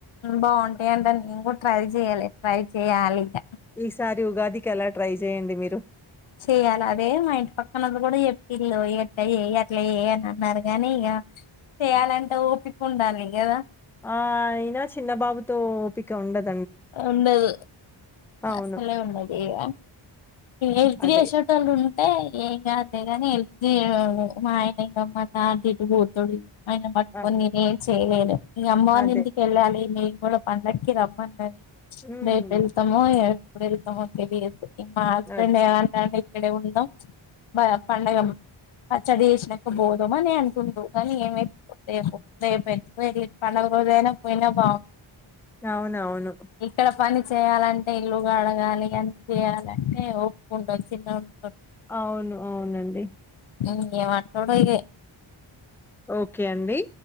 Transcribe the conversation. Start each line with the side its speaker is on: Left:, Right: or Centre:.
Left: బాగుంటాయన్ట నేను కూడా ట్రై చెయ్యాలే ట్రై చెయ్యాలి ఇక
Centre: ఈసారి ఉగాదికి అలా ట్రై చేయండి మీరు
Left: చేయ్యాలి అదే మా ఇంటి పక్కనోళ్ళు గూడ చెప్పిల్లు ఇట్లా చేయి అట్లా చేయి అని అన్నారు గానీ ఇక చెయాలంటే ఓపిక ఉండాలి కదా
Centre: ఆ అయినా చిన్నబాబుతో ఓపిక ఉండదు
Left: ఉండదు
Centre: అవును
Left: అస్సలే ఉండదు ఇగ ఎల్త్
Centre: అదే
Left: చేసేటోళ్లు ఉన్ అంటే ఏంకాదులే కానీ హెల్ప్ చేయు మా ఆయనే ఇంక మాతాతిటు పోతడు ఆయన పట్టుకొని
Centre: ఆ
Left: నేనేంచ్ చేలేను ఇగ అమ్మ వాళ్ళ
Centre: అదే
Left: ఇంటికెళ్ళాలి మేం వల్ల పండక్కి రమ్మన్నది
Centre: ఉమ్
Left: రేపు ఎల్థమో ఏ ఎప్పుడెల్తామో తెలియదు మా హస్బెండ్
Centre: అదే
Left: ఏమంటుండు ఇక్కడే ఉందాం పండగ పచ్చడి చేసినాక పోదం అని అంటుండు కానీ ఏమైతు ఎసో దే పెద్ద పండుగ అదైనా పోయినా బాగు
Centre: అవునవును
Left: ఇక్కడ పని చేయాలంటే ఇల్లుకడగాలి అన్నీ చేయాలంటే ఓపిక ఉండాలీ చిన్నోని
Centre: అవును అవునండి
Left: ఉ ఏం అంటడో ఇగ
Centre: ఓకే అండి